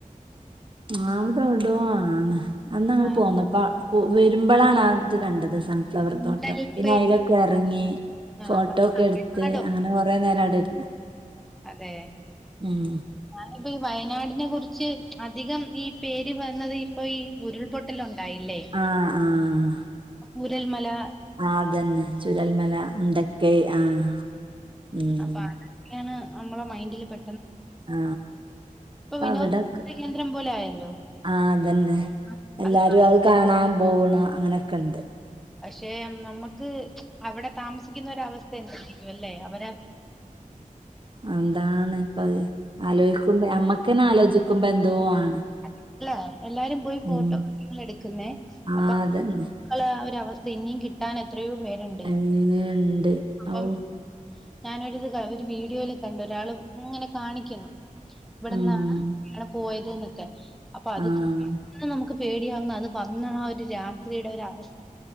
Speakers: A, on the right (about 35°); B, in the centre.
A: ആ അവിടെ എവിടോ ആണ് അന്നങ്ങള്
B: ആഹ്
A: പോന്നപ്പ പോ വരുമ്പോളാണ് അത് കണ്ടത് സൺഫ്ലവർ
B: ഗുണ്ടൽപേട്ട്
A: തോട്ടം പിന്നെ അയിലൊക്കെ എറങ്ങി
B: ആഹ്
A: ഫോട്ടോ ഒക്കെ
B: തമിഴ്നാടോ
A: എടുത്ത് അങ്ങനെ കൊറേ നേരം അവിടെ ഇരുന്നു
B: അതെ
A: ഉം
B: <unintelligible> ഈ വയനാടിനെ കുറിച്ച് അധികം ഈ പേര് വന്നത് ഇപ്പൊ ഈ ഉരുൾപൊട്ടലൊ ണ്ടായില്ലേ
A: ആഹ് ആഹ്
B: ഉരൽമലാ
A: ആ അതന്നെ ചുരൽമല മുണ്ടക്കൈ ആഹ്. ഉം
B: അപ്പ അതൊക്കെണ് നമ്മള മൈൻഡില് പെ
A: ആ പ്പ
B: വിനോദ
A: അവിടൊക്കെ
B: സഞ്ചാര കേന്ദ്രം പോലെ ആയല്ലോ
A: ആ അതന്നെ
B: ആ,
A: എല്ലാരും
B: അത്
A: അഅ് കാണാൻ പോവ്ണു അങ്ങനെ കണ്ട്.
B: പഷേ നമ്മക്ക് അവിടെ താമസിക്കുന്നൊരവസ്ഥ എ വെല്ലെ അവരാ
A: അന്താണ്. പ്പത് ആലോയിക്കുമ്പ അമ്മക്കന്ന ആലോചിക്കുമ്പോ എന്തോ ആണ്.
B: അല്ല എല്ലാരും പോയി
A: ഉം
B: ഫോട്ടോ എടുക്കുന്നേ
A: ആഹ്
B: അപ്പൊ <unintelligible>
A: അതന്നെ
B: അവരവസ് സിന്നിം കിട്ടാനെ ത്രയോ പേര് ഇണ്ട്
A: അങ്ങനെയുണ്ട്
B: അപ്പം.
A: ഔ
B: ഞാനൊരുത് ക ഒരു വീഡിയോയില് കണ്ട് ഒരാൾ ഇങ്ങനെ കാണിക്ക്ന്ന് ഇവിടെന്നാണ്
A: ഉം
B: <unintelligible> പോയത്. <unintelligible> അപ്പൊ അത്
A: ആഹ്
B: നമുക്ക് പേടിയാവുന്ന അത് വന്ന ആ ഒരു രാത്രിയുടെ ഒരു അവസ്